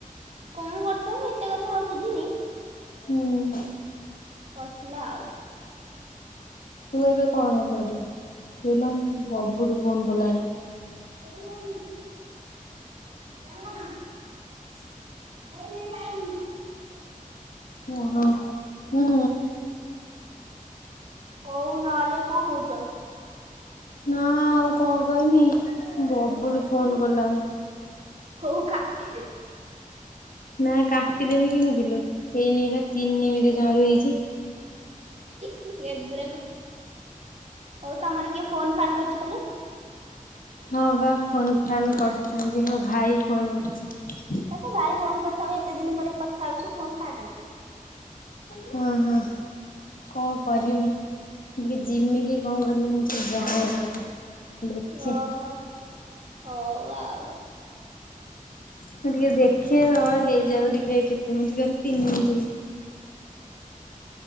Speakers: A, on the right; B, on the left.
A: କଣ କରୁଥିବ ମୁଁ ଏତେ କଥା ଆଉ ବୁଝିନି।
B: ହୁଁ।
A: କରୁଥିଲା ଆଉ।
B: ତୁ ଏବେ କଣ କରିବୁ ତୁ ହେଲା ବବୁଲୁ ଫୋନ କଲାଣି।
A: ହ <unintelligible> ଜାଣିଲ ନା ହେଇନେଇ ଟାଇମ।
B: ଓଁ ହୋ ହୁଁ।
A: ହଉ ନହେଲେ କଣ କହୁଛ ଆଉ?
B: ନା ଆଉ କଣ କହିମି ବବୁଲ ଫୋନ କଲାଣି।
A: ହଉ କାଟିଦେ।
B: ନାଇ କାଟିଦେବି କେମିତି ଲୋ ହେଇ ନେଇ ବା ତିନି ମିନିଟ ଜମାରୁ ହେଇଛି।
A: ତୁ ଏଗୁରାକ ହଉ ତମର କିଏ ଫୋନ ଫାନ୍ କରୁଛି କହିଲ?
B: ହଁ ବା ଫୋନ୍ ଫାନ୍ କରୁଛନ୍ତି ମୋ ଭାଇ ଫୋନ କରୁଛି।
A: ତା ଭାଇ ଫୋନ କରିଥାଉ ଏତେ ଦିନ ପରେ କଥା ହଉଛି ଫୋନ କାଟେନା।
B: ହଁ ହଁ କଣ କରିବି ଟିକେ ଯିମି କି କଣ। <unintelligible> ଦେଖେ
A: ଓହୋ ହଉ ଆଉ।
B: ମୁଁ ଟିକେ ଦେଖେ ତ ହେଇଯାଉ ଟିକେ କେତେ ମିନିଟ କ ତିନି ମିନିଟ ହେଇଛି।